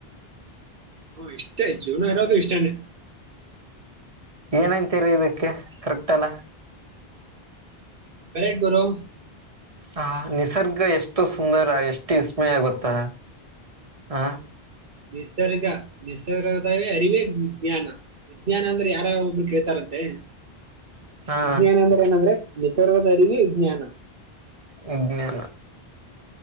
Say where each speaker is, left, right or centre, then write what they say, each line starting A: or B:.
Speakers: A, on the right; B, on the right.
A: ಇಷ್ಟ ಜೂನು ರತ್ತು ಇಷ್ಟಾನ
B: ಏನಂತೀರಿ ಇದಕ್ಕೆ ಕರೆಕ್ಟ್ ಅಲ್ಲ
A: ಕೇಕ್ಟ್ ಗುರೋ
B: ಹ ನಿಸರ್ಗ ಎಷ್ಟು ಸುಂದರ ಎಷ್ಟು ವಿಸ್ಮಯ ಗೊತ್ತಾ ಹ
A: ನಿಸರ್ಗ ನಿಸಿಸರ್ಗದವೇ ಅರಿವೇ ವಿಜ್ಞಾನ ವಿಜ್ಞಾನ ಅಂದ್ರೆ ಯಾರಾವ ಒಬ್ರು ಕೇಳ್ತಾರಂತೆ
B: ಹಾ
A: ವಿಜ್ಞಾನ ಅಂದ್ರೆ ಏನಂದ್ರೆ ನಿಸರ್ಗದ ಅರಿವಿ ವಿಜ್ಞಾನ
B: ವಿಜ್ಞಾನ